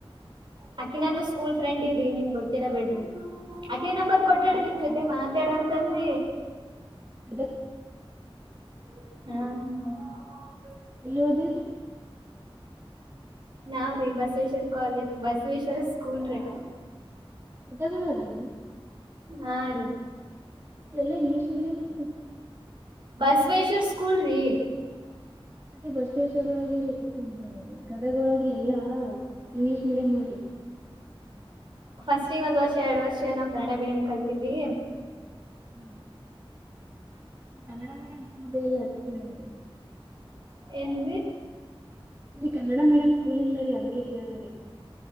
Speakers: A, on the right (about 55°); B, on the right (about 25°).
A: ಅಕಿ ನಾನು ಸ್ಕೂಲ್ ಫ್ರೆಂಡ್ ಇವ್ರಿ ನಿಮ್ ಗೊತ್ತಿಲ್ಲಾ ಬಿೇಡ್ರಿ ಆಕೆ ನಂಬರ್ ಕೊಟ್ಟಡಿ
B: ಯಾವ್
A: ನಿಮ ಜೊತೆ ಮಾತಾಡ ಅಂತಂದ
B: ಎ ತ
A: ಹ್ಮ್
B: ಎಲ್ಲಿುವದರಿ
A: ನಾವ್ರೀ ಬಸವೇಶ್ವರ ಕಾಲೇಜ್ ಬಸವೇಶ್ವರ ಸ್ಕೂಲ್ ರೀ
B: ತಗೋಳದ್ರಿ
A: ಹಾ ರೀ
B: ಎಲ್ಲಾ ಇಂಗ್ಲೀಷ್ ಮೀಡಿಯಂ ಅಲ್ರಿ
A: ಬಸವೇಶ್ವರ್ ಸ್ಕೂಲ್ ರೀ
B: ಮತ್ತೆ ಬಸವೇಶ್ವರ ಒಳಗೆ ಚ ಅದಗೊಳಗ ಎಲ್ಲಾ ಇಂಗ್ಲಿೀಷ್ ಮೀಡಿಯಂ್ ಅವ್ರಿ
A: ಫಸ್ಟ್ ಈಗ ಒಂದ್ ವರ್ಷ ಎರಡ್ ವರ್ಷ ನಾವ್ ಕನ್ನಡ ಮೀಡಿಯಂ ಕಲ್ತವ್ರಿ
B: ಹ ಕನ್ನಡ ಮೀಡಿಯಂ ಸ್ಕೂಲ್ ಇಲ್ಲ ಅಕ್ಕ ಮ್ರ
A: ಎನ್
B: ಇಲ್ಲಿ ಕನ್ನಡ ಮೀಡಿಯಂ ಸ್ಕೂಲ್ ಇಲ್ಲ್ಲರಿ ಅದಕ್ಕೆ ಕೇಳದರಿ